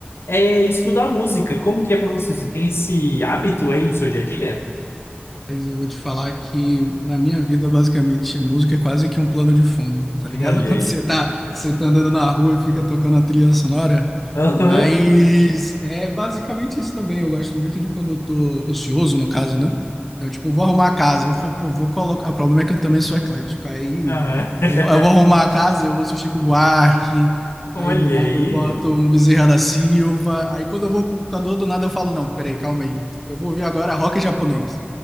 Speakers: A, on the left; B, in the centre.
A: é escutar música. Como que é pra você? Você tem esse hábito aí no seu dia a dia?
B: Mas eu vou te falar que na minha vida, basicamente, música é quase que um plano de fundo, tá ligado?
A: Olha
B: <laughs> Quando
A: aí.
B: você tá, você tá andando na rua e fica tocando a trilha sonora.
A: Aham.
B: Mas é basicamente isso também. Eu gosto muito de quando eu tô ocioso, no caso, né? Então, tipo, eu vou arrumar a casa, eu vou, pô, vou colocar. O problema é que eu também sou eclético. Aí
A: aham. <laughs>
B: eu, eu vou arrumar a casa, eu ouço Chico Buarque.
A: Olha
B: Aí do nada
A: aí.
B: eu boto um Bezerra da Silva. Aí quando eu vou pro computador, do nada eu falo, não, peraí, calma aí. Eu vou ouvir agora rock japonês.